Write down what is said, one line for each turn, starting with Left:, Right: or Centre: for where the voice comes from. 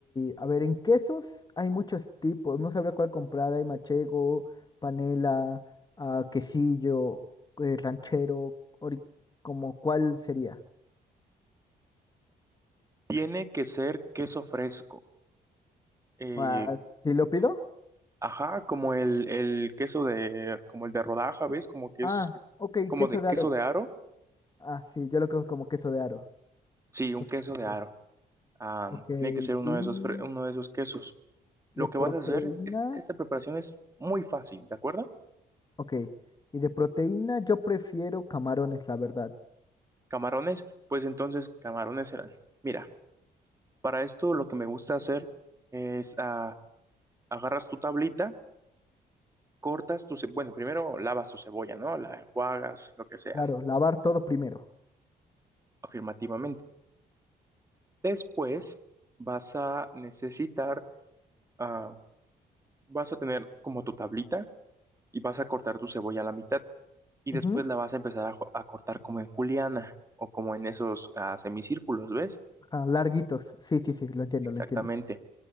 Left: a ver, en quesos hay muchos tipos, no sabría cuál comprar, hay machego, panela, ah, quesillo, eh, ranchero, ori- como cuál sería.
Right: Tiene que ser queso fresco. Eh,
Left: Ah, ¿sí lo pido?
Right: Sí. ajá, como el, el queso de, como el de rodaja, ¿ves? Como que
Left: Ah,
Right: es,
Left: ok,
Right: como
Left: queso
Right: de queso
Left: de aro.
Right: de aro.
Left: Ah, sí, yo lo conozco como queso de aro,
Right: Sí,
Left: justamente.
Right: un queso de aro. Ah,
Left: Ok, y
Right: tiene que ser uno de esos, fre- uno de esos quesos. Lo
Left: de
Right: que vas
Left: proteína,
Right: a hacer es, esta preparación es muy fácil, ¿de acuerdo?
Left: ok, y de proteína yo prefiero camarones, la verdad.
Right: Camarones, pues entonces camarones serán. Mira, para esto lo que me gusta hacer es ah, agarras tu tablita, cortas tu, ce- bueno, primero lavas tu cebolla, ¿no? La enjuagas, lo que sea,
Left: Claro, lavar todo primero.
Right: afirmativamente. Después vas a necesitar, ah, vas a tener como tu tablita y vas a cortar tu cebolla a la mitad y después
Left: Ujú,
Right: la vas a empezar a, jo- a cortar como en juliana o como en esos ah, semicírculos, ¿ves?
Left: ajá, larguitos, sí, sí, sí, lo entiendo,
Right: Exactamente.
Left: lo entiendo.